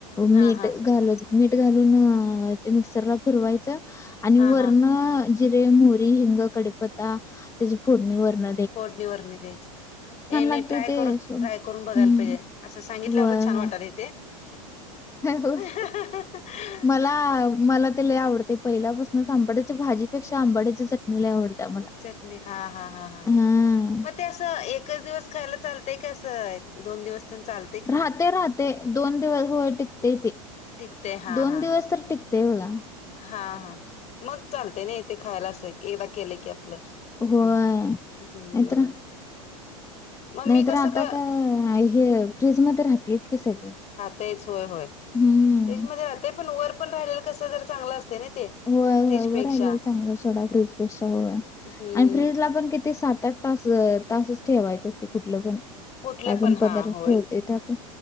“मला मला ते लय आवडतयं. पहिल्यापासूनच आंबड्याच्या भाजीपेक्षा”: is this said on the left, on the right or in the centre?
Left